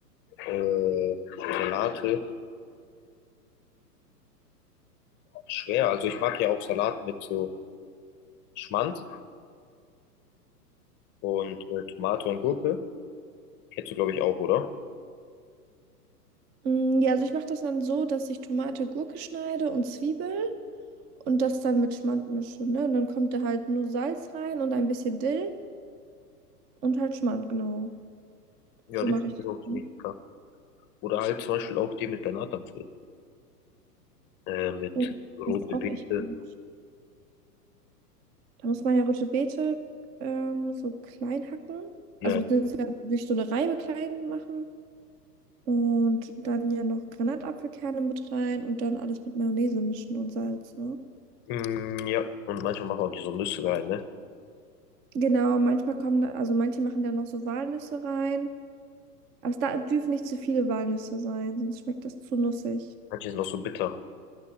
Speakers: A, on the left; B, on the right.
A: Äh, Salate. schwer. Also ich mag ja auch Salat mit so Schmand und äh, Tomate und Gurke. Kennst du, glaube ich, auch, oder?
B: Mm, ja, also ich mache das dann so, dass ich Tomate, Gurke schneide und Zwiebel und das dann mit Schmand mische, ne? Und dann kommt da halt nur Salz rein und ein bisschen Dill und halt Schmand, genau.
A: Ja,
B: So
A: den
B: mache
A: finde
B: ich das
A: ich auch
B: dann.
A: ziemlich lecker. Oder halt zum Beispiel auch den mit Granatapfel, äh, mit
B: Und
A: rote
B: das ist auch
A: Beete.
B: echt gut. Da muss man ja Rote Beete ähm, so klein hacken.
A: Ja.
B: Also beziehungsweise durch so eine Reibe klein machen. Und dann ja noch Granatapfelkerne mit rein und dann alles mit Mayonnaise mischen und Salz, ne?
A: Mm, ja, und manchmal machen wir auch die so Nüsse rein, ne?
B: Genau, manchmal kommen da, also manche machen da noch so Walnüsse rein. Aber es da dürfen nicht zu viele Walnüsse sein, sonst schmeckt das zu nussig.
A: Manche sind auch so bitter.